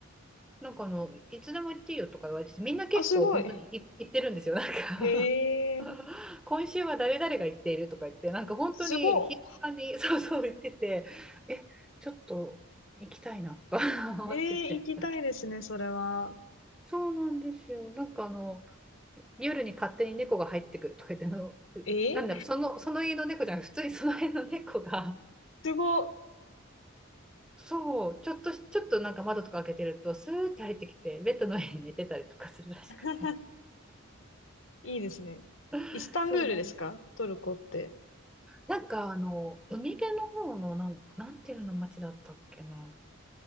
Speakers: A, in the centre; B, on the left (about 65°).
A: なんかあの、いつでも行っていいよとか言われてみんな結構本当にい行ってるんですよ。
B: あ、すごい。
A: なんか
B: へえ、
A: <laughs> 今週は誰々が行っているとか言って、なんか本当に頻繁に
B: すご
A: <laughs> そうそう言ってて、え、ちょっと行きたいなと <laughs> 思ってて。
B: い。ええ、行きたいですね、それは。
A: そうなんですよ。なんかあの、夜に勝手に猫が入ってくるとか言っての、
B: ええ、
A: なんだろう、その、その家の猫じゃなくて、普通にその辺の猫が
B: すごい。
A: そう、ちょっとし、ちょっとなんか窓とか開けてると、スーッて入ってきて、ベッドの上に <laughs> 寝てたりとかするらしくて。
B: <laughs> いいですね。
A: <laughs>
B: イスタンブールですかトルコって。
A: そうなんだ。なんかあの、海辺の方のなん、なんていうの町だったっけな。